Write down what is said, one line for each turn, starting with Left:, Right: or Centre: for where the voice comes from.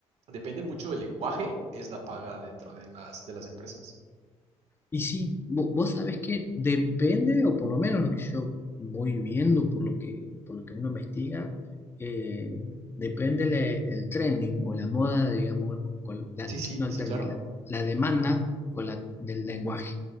Right: depende mucho del lenguaje, es la paga dentro de las, de las empresas.
Left: Y sí, vo- vos sabés que depende, o por lo menos lo que yo voy viendo, por lo que, por lo que uno investiga, eh, depende le- el trending o la moda, digamos, con la,
Right: Sí, sí,
Left: no el
Right: sí,
Left: trending,
Right: claro.
Left: la, la demanda con la, del lenguaje.